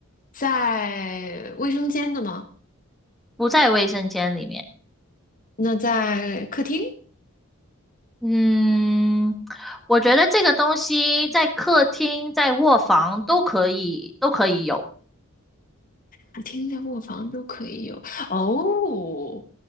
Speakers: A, on the left; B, in the centre.
A: 在卫生间的吗？
B: 不在卫生间里面。
A: 那在客厅、
B: 嗯，我觉得这个东西在客厅、在卧房都可以，都可以有。
A: 客厅在卧房都可以有。哦，